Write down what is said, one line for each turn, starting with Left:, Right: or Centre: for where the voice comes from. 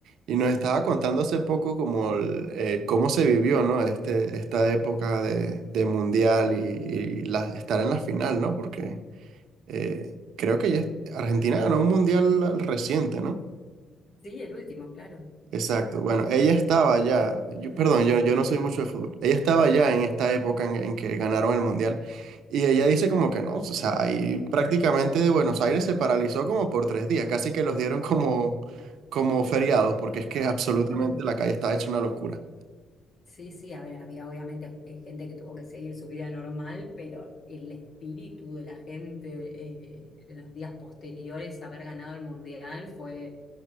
Right: y nos estaba contando hace poco como el, eh, cómo se vivió, ¿no? Este, esta época de, de mundial y, y la- estar en la final, ¿no? Porque Eh, creo que ella, Argentina ganó un mundial reciente, ¿no?
Left: Sí, el último, claro.
Right: Exacto. Bueno, ella estaba ya, yo- perdón, yo, yo no soy mucho de fútbol. Ella estaba ya en esta época en, en que ganaron el mundial. Y ella dice como que no, o sea, ahí prácticamente Buenos Aires se paralizó como por tres días, casi que los dieron como, como feriados, porque es que absolutamente
Left: Total.
Right: la calle está hecha una locura.
Left: Sí, sí, a ver, había obviamente eh, gente que tuvo que seguir su vida normal, pero el espíritu de la gente eh, en los días posteriores a haber ganado el Mundial fue